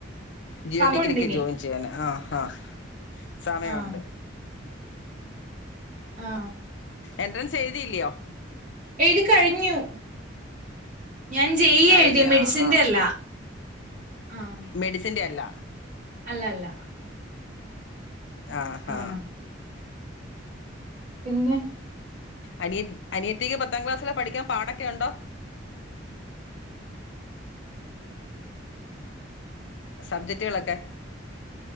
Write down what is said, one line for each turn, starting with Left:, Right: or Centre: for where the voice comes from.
Left: ജിയോ
Right: സമയണ്ട്
Left: ഡിഗ്രിക്കു
Right: ഇനി
Left: ജോയിൻ ചെയ്യാന് ആ ആ സമയൊണ്ട്.
Right: ആഹ് ആ
Left: എൻട്രൻസ് എഴുതില്ലിയോ?
Right: എഴുതി കഴിഞ്ഞു. ഞാൻ ജെ ഈ യാ
Left: കഴിഞ്ഞ
Right: എഴുതിയെ മെഡിസിന്റെ
Left: ആ ആ
Right: അല്ല. ആഹ്
Left: മെഡിസിന്റെ അല്ല.
Right: അല്ല അല്ല
Left: ആ ഹാ
Right: ആഹ് പിന്നെ
Left: അനിയത് അനിയത്തിക്ക് പത്താം ക്ലാസ്സിലെ പഠിക്കാൻ പാടൊക്കെ ഒണ്ടോ? സബ്ജറ്റ്കളൊക്കെ